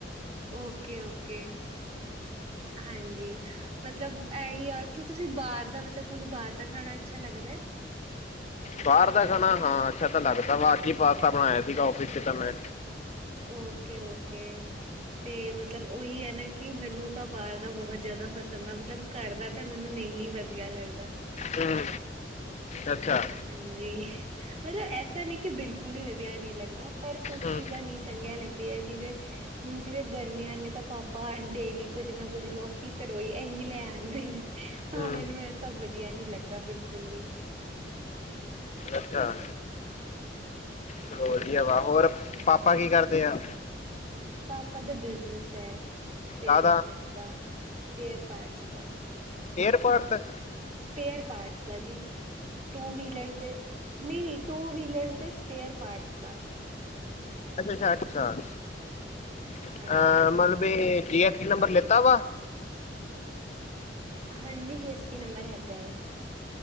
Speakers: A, on the right (about 35°); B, on the left (about 40°).
A: Okay, okay. ਹਾਂਜੀ। ਮਤਲਬ ਐਹੀ ਯਾਰ, ਤੁਸੀਂ ਬਾਹਰ ਦਾ? ਮਤਲਬ ਤੁਹਾਨੂੰ ਬਾਹਰ ਦਾ ਖਾਣਾ ਅੱਛਾ ਲੱਗਦੈ?
B: ਬਾਹਰ ਦਾ ਖਾਣਾ, ਹਾਂ ਅੱਛਾ ਤਾਂ ਲੱਗਦਾ ਵਾ। ਕੀ, ਪਾਸਤਾ ਬਣਾਇਆ ਸੀਗਾ ਔਫਿਸ 'ਚ ਤਾਂ ਮੈਂ।
A: Okay, okay. 'ਤੇ ਮਤਲਬ ਉਹੀ ਹੈ ਨਾ ਕਿ ਮੈਨੂੰ ਤਾਂ ਬਾਹਰ ਦਾ ਬਹੁਤ ਜ਼ਿਆਦਾ ਪਸੰਦ ਆ, ਮਤਲਬ। ਘਰ ਦਾ ਤਾਂ ਮੈਨੂੰ ਨਹੀਂ ਵਧੀਆ ਲੱਗਦਾ।
B: ਹੂੰ। ਅੱਛਾ -।
A: ਹਾਂਜੀ, ਮਤਲਬ ਐਸਾ ਨੀ ਕਿ ਬਿਲਕੁਲ ਹੀ ਵਧੀਆ ਨੀ ਲੱਗਦਾ, ਪਰ ਕੁਝ
B: ਹੂੰ
A: ਚੀਜ਼ਾਂ ਨੀ। ਚੰਗੀਆ ਲੱਗਦੀ ਐ ਚੀਜ਼, ਏ। ਹੁਣ ਜਿਵੇਂ ਗਰਮੀਆਂ ਨੇ, ਤਾਂ ਪਾਪਾ ਡੇਲੀ ਕੁੱਝ ਨਾ ਕੁੱਝ ਲੋਕੀ, ਤਰੋਈ ਐਹੀ ਲੈ ਆਂਦੇ ਨੇ। ਤਾਂ
B: ਹੂੰ
A: ਮੈਨੂੰ ਐਹ ਸਭ ਵਧੀਆ ਨੀ ਲੱਗਦਾ ਬਿਲਕੁਲ ਵੀ।
B: ਅੱਛਾ, ਚਲੋ।
A: ਹਾਂਜੀ
B: ਵਧੀਆ ਵਾ। ਹੋਰ ਪਾਪਾ ਕੀ ਕਰਦੇ ਆ?
A: ਪਾਪਾ ਦਾ ਬਿਜਨਸ ਹੈ, ਸਪੇਅਰ
B: ਕਾਹਦਾ
A: ਪਾਰਟਸ। 'ਦਾ ਸਪੇਅਰ ਪਾਰਟਸ ਦਾ'।
B: ਏਅਰਪਾਟਸ ਦਾ?
A: ਸਪੇਅਰ ਪਾਰਟਸ ਦਾ ਜੀ, ਟੂ - ਵੀਲਰਸ 'ਤੇ। ਨੀ -ਨੀ, ਟੂ - ਵੀਲਰਸ ਦੇ ਸਪੇਅਰ ਪਾਰਟਸ ਦਾ।
B: ਅੱਛਾ, ਅੱਛਾ, ਅੱਛਾ, ਅ
A: ਹਾਂਜੀ ਹਾਂਜੀ
B: ਮਤਲਬ ਬਈ ਜੀ, ਐਸ, ਟੀ ਨੰਬਰ ਲਿੱਤਾ ਵਾ।
A: ਹਾਂਜੀ, ਜੀ, ਐੱਸ, ਟੀ, ਨੰਬਰ ਹੈਗਾ ਏ।